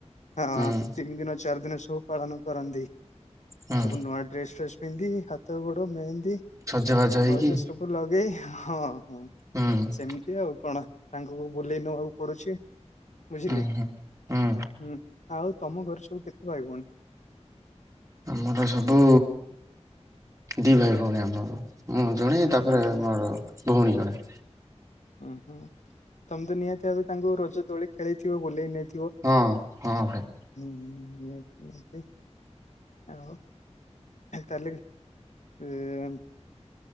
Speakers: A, on the left; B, on the right.
A: ହଁ
B: ହୁଁ
A: ତିନି ଦିନ ଚାରି ଦିନ ସବୁ ପାଳନ କରନ୍ତି।
B: ହୁଁ
A: ସବୁ ନୂଆ ଡ୍ରେସ ଫ୍ରେସ ପିନ୍ଧି ହାତ ଗୋଡ଼ ମେହେନ୍ଦୀ
B: ସଜବାଜ ହେଇକି
A: ଅଳତା ସବୁ ଲଗେଇ ହଁ ହଁ।
B: ହୁଁ।
A: ଏମତି ଆଉ କଣ? ତାଙ୍କୁ ବୁଲେଇ ନେବାକୁ ପଡୁଛି। ବୁଝିଲେ?
B: ହୁଁ ହୁଁ। ହୁଁ।
A: ହୁଁ। ଆଉ ତମ ଘରେ ସବୁ କେତେ ଭାଇ ଭଉଣୀ?
B: ଆମର ସବୁ ଦି ଭାଇ ଭଉଣୀ ଆମର। ମୁଁ ଜଣେ ତାପରେ
A: ହୁଁ ହୁଁ
B: ଆମର ଭଉଣୀ ଜଣେ।
A: ହୁଁ ହୁଁ। ତମେ ତ ନିହାତି ଭାବେ ତାଙ୍କୁ ରଜ ତୋଳି ଖେଳେଇଥିବ ବୁଲେଇ ନେଇ
B: ହଁ ହଁ ଭାଇ।
A: ହୁଁ ହୁଁ ନିହାତି ଭାବେ। ଆଉ ତାହଲେ? ଏମ୍